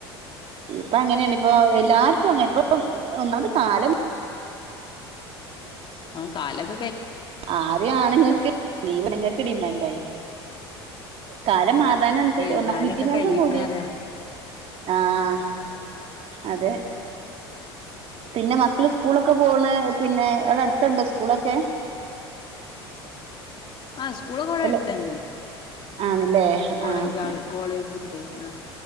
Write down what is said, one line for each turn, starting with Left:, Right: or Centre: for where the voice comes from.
Right: ഇപ്പൊ അങ്ങനെയാണ് ഇപ്പൊ എല്ലാവർ പ്പോ <unintelligible> ഒന്നാത് കാലം.
Left: ആഹ കാലക
Right: ആദ്യം ആണുങ്ങൾക്ക്, പെണുങ്ങൾക്ക് ഡിമാൻഡ ആയി. കാലം മാറാന അനുസരിച്ച്
Left: ഇപ്പെ
Right: ഒന്ന്
Left: കാലൊക്കെ
Right: വിദ്യാഭ്യാസം
Left: കഴിഞ്ഞിക്കണ്
Right: കൂടി
Left: പറയാ
Right: ആഹ അതെ, പിന്നെ മക്കള് സ്കൂളൊക്കെ പോണ് പിന്നെ അവിടെ ണ്ടാ സ്കൂളൊക്കെ
Left: ആഹ സ്കൂളു കൂടെ
Right: അല്ല
Left: അടുത്ത് തന്നെയാണ്.
Right: ആണല്ലേ
Left: കോളേജ്
Right: ആഹ്
Left: ആഹ കോളേജ് ഉണ്ട്, ആഹ